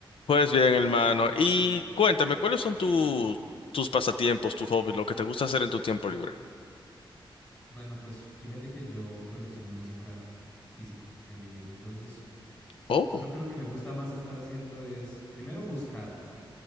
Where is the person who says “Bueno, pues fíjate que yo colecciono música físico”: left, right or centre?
Left